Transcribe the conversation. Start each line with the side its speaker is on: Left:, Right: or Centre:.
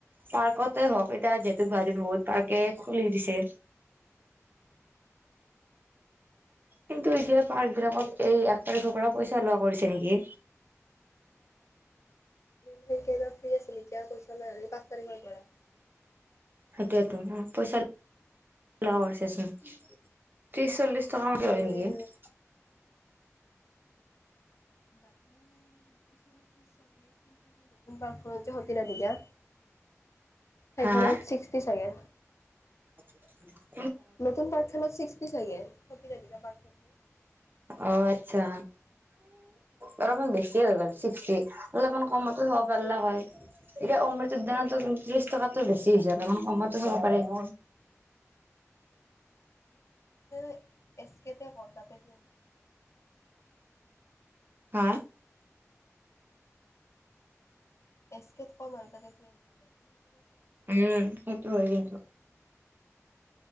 Right: পাৰ্কতে হওঁক, এতিয়া যিহেতু গুৱাহাটীত বহুত পাৰ্কে খুলি দিছে। কিন্তু এতিয়া পাৰ্কবিলাকত এই এক তাৰিখৰপৰা পইচা লোৱা কৰিছে নেকি?
Left: সেই কেইবাৰ ফ্ৰী আছিল এতিয়া পইচা লয় আৰু পাঁচ তাৰিখৰপৰা।
Right: সেইটোয়োতো উ, পইচা লোৱা কৰিছেচোন, ত্ৰিশ চল্লিশ
Left: অ
Right: টকামানকে
Left: মই বাৰু
Right: লয় নেকি?
Left: এই বাকী কিছুমানৰ ত্ৰিছ চল্লিশ কিন্তু এই যে নতুন পাৰ্কখন যে সত নধিকা সেইখনত
Right: হা হা
Left: ছিক্সটি চাগে।
Right: <unintelligible>
Left: নতুন পাৰ্কখনত ছিক্স পিচ লাগে। খেই তালিকা পাৰ্কখন। যে
Right: অ' আচ্ছা অলপমান বেছি হৈ গ'ল ছিক্সটি, অলপমান কমতো যা পাল্লা হয়।
Left: অ
Right: এতিয়া অমৃত উদ্যানতো ত্ৰিশ টকাটো বেছি
Left: মই যা
Right: হৈছে। অকন কমত হ'ব পাৰাৰে ন।
Left: যা। এছ কেতে হম তাতে ত।
Right: হা?
Left: এছ কে কম আৰু তাতে টুৱেণ্টি বাকীফালে চব। থাৰ্টি
Right: উম
Left: ফৰ্টি
Right: সেইটো
Left: সিমানে
Right: হয় কিন্তু।